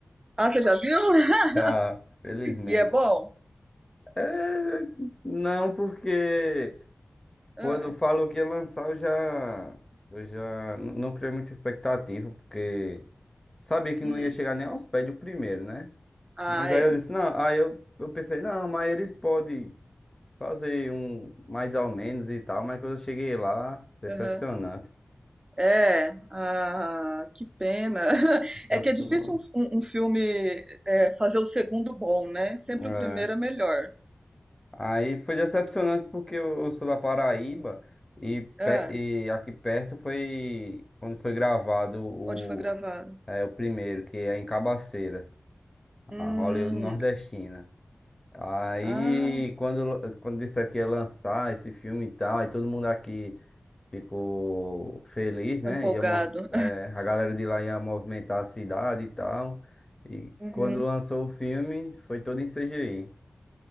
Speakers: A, on the right (about 25°); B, on the left (about 15°).
A: Ah, você já viu? <laughs>
B: Tá, felizmente.
A: E é bom?
B: É, não, porque
A: Ah,
B: quando falou que ia lançar, eu já. Eu já n- não criei muita expectativa, porque. Sabia que
A: hum.
B: não ia chegar nem aos pés do primeiro, né?
A: Ah,
B: Mas aí
A: é.
B: eu disse, não, aí eu, eu pensei, não, mas eles podem fazer um mais ou menos e tal, mas quando eu cheguei lá, decepcionante.
A: Aham. É. Ah, que pena. <laughs>
B: Decepcionante.
A: É que é difícil um, um- um filme é, fazer o segundo bom, né? Sempre
B: É.
A: o primeiro é melhor.
B: Aí foi decepcionante porque eu, eu sou da Paraíba e,
A: Ah,
B: pe- e aqui perto foi quando foi gravado o,
A: onde foi gravado?
B: é, o primeiro, que é em Cabaceiras,
A: Hum.
B: a Hollywood nordestina. Aí,
A: Ah,
B: quando, quando disseram que ia lançar esse filme e tal, aí todo mundo aqui ficou feliz, né?
A: tô empolgado.
B: Ia, mo- eh, a galera de lá ia movimentar a cidade e tal. E
A: <laughs> Uhum.
B: quando lançou o filme, foi todo em CGI.